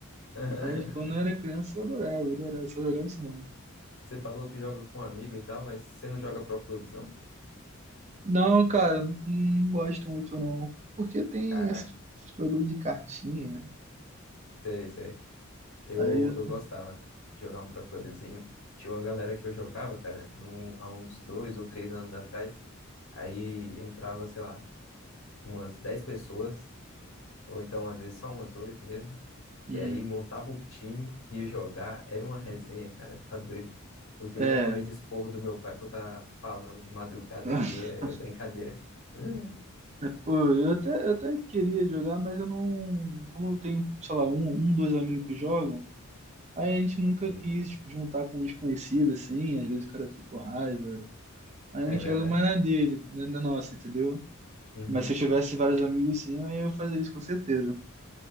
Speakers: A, on the left (about 85°); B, on the right (about 30°).
A: <laughs>
B: Mas quando eu era criança eu adorava, eu adorava, só jogava esse modo.
A: Você falou que joga com um amigo e tal, mas você não joga pro clubes, não?
B: Não, cara, não, não gosto muito não, porque tem
A: Caraca,
B: essas bagulho de cartinha.
A: sei, sei. Eu,
B: Aí eu
A: eu gostava de jogar um pro clubezinho. Tinha uma galera que eu jogava, cara, num, há uns dois ou três anos atrás. Aí entrava, sei lá, umas dez pessoas, ou então às vezes só umas oito mesmo.
B: Uhum.
A: E aí montava o time, ia jogar. Era uma resenha, cara, tá doido. O que
B: É.
A: eu já tomei de esporro do meu pai por estar falando de madrugada
B: <laughs>
A: aqui é é brincadeira. <laughs>
B: Pô, eu até, eu até queria jogar, mas eu não. Como eu tenho, sei lá, um, um, dois amigos que jogam, aí a gente nunca
A: Sei.
B: quis juntar com um desconhecido, assim. Às vezes o cara fica com raiva. Aí
A: É
B: a gente
A: verdade.
B: joga mais na dele, na na nossa, entendeu?
A: Uhum.
B: Mas se eu tivesse vários amigos, sim, aí eu fazia isso com certeza.